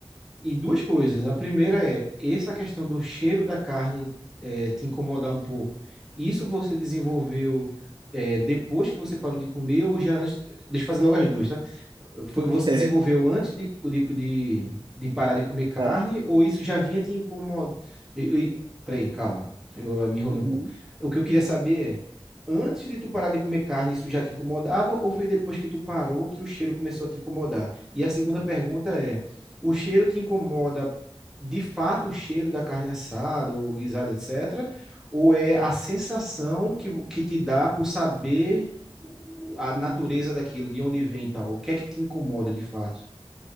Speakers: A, in the centre; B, on the right (about 50°).
A: E duas coisas. A primeira é essa questão do cheiro da carne eh, te incomodar um pouco. Isso você desenvolveu eh, depois que você parou de comer ou já antes? Deixa eu fazer logo as duas, tá? Foi,
B: <laughs>
A: você desenvolveu antes de, de, de, de parar de comer carne,
B: Parar.
A: ou isso já vinha te incomodando? Peraí, calma, eu, eu me enrolei
B: Uhum.
A: um pouco. O que eu queria saber é, antes de tu parar de comer carne, isso já te incomodava, ou foi depois que tu parou que o cheiro começou a te incomodar? E a segunda pergunta é, o cheiro te incomoda de fato o cheiro da carne assada ou guisada, etc., ou é a sensação que, vo- que te dá por saber a natureza
B: Uhum.
A: daquilo, de onde vem e tal. O que é que te incomoda de fato?